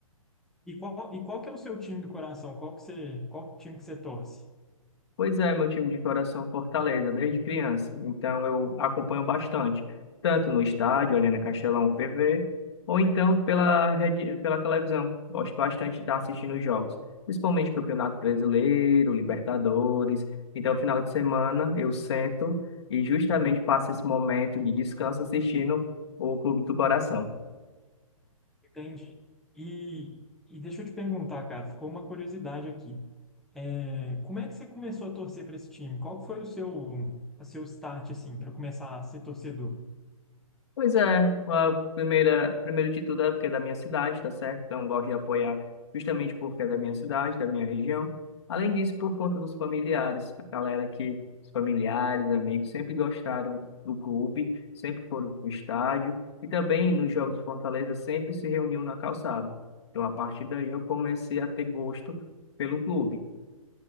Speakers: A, in the centre; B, on the left.
A: e qual e qual que é o seu time do coração? Qual que você qual time que você torce?
B: Pois é, meu time de coração Fortaleza, desde criança. Então eu acompanho bastante, tanto no estádio, Arena Castelão, PV, ou então pela rede, pela televisão. Gosto bastante de estar assistindo os jogos, principalmente Campeonato Brasileiro, Libertadores. Então, final de semana, eu sento e justamente passo esse momento de descanso assistindo o Clube do Coração.
A: Entendi. E e deixa eu te perguntar, cara, ficou uma curiosidade aqui. É, como é que você começou a torcer para esse time? Qual que foi o seu o seu start assim para começar a ser torcedor?
B: Pois é, a primeira, primeiro de tudo é porque é da minha cidade, tá certo? Então, eu gosto de apoiar justamente porque é da minha cidade, da minha região. Além disso, por conta dos familiares, a galera que, os familiares, amigos, sempre gostaram do clube, sempre foram pro estádio e também nos Jogos do Fortaleza sempre se reuniam na calçada. Então, a partir daí, eu comecei a ter gosto pelo clube.